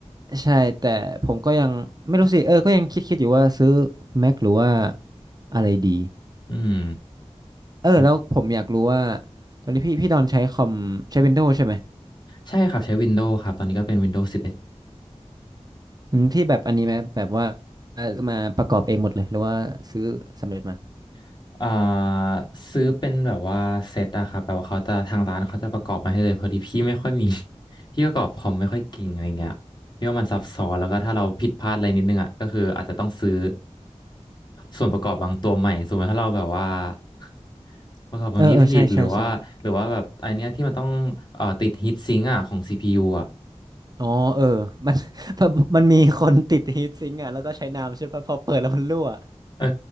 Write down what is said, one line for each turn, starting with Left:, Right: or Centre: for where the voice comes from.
Right: ใช่แต่ผมก็ยังไม่รู้สิเออก็ยังคิดคิดอยู่ว่าซื้อ Mac หรือว่าอะไรดี
Left: อืม
Right: เออแล้วผมอยากรู้ว่า
Left: โอเค
Right: ตอนนี้พี่พี่ดอนใช้คอมใช้ Windows ใช่ไหม
Left: ใช่ครับใช้ Windows ครับตอนนี้ก็เป็น Windows 11อ
Right: อืมที่แบบอันนี้ไหมแบบว่าเอ่อมาประกอบเองหมดเลยหรือว่าซื้อสำเร็จมา
Left: ดอ่าซื้อเป็นแบบว่าเซตอะครับแบบว่าเขาจะทางร้านเขาจะประกอบมาให้เลยพอดีพี่ไม่ค่อยมี <laughs> พี่ประกอบคอมไม่ค่อยเก่งอะไรเงี้ยพี่ว่ามันซับซ้อนแล้วก็ถ้าเราผิดพลาดอะไรนิดนึงอะก็คืออาจจะต้องซื้อส่วนประกอบบางตัวใหม่สมมติถ้าเราแบบว่า <laughs> ประกอบบางนี้ผิดหรือว่าหรือว่าแบบไอเนี้ยที่มันต้องเอ่อติดฮีทซิงค์อะของซีพียูอะ
Right: เออเออใช่ใช่ใช่อ๋อเออมัน <laughs> มันมีคนติดฮีทซิงค์อ่ะแล้วก็ใช้น้ำใช่ปะพอเปิดแล้วมันรั่ว
Left: เออ